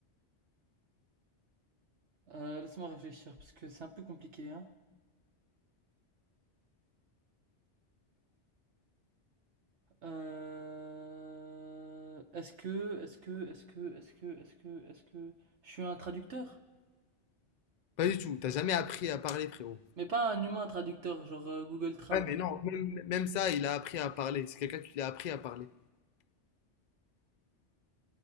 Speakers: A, on the right (about 75°); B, on the left (about 55°).
A: Euh, laisse-moi réfléchir, parce que c'est un peu compliqué, hein. Euh, Est-ce que, est-ce que, est-ce que, est-ce que, est-ce que, est-ce que, je suis un traducteur?
B: Pas du tout. T'as jamais appris à parler, frérot.
A: Mais pas un humain traducteur, genre euh, Google Trad.
B: Ouais, mais non, même, même ça, il a appris à parler. C'est quelqu'un qui l'a appris à parler.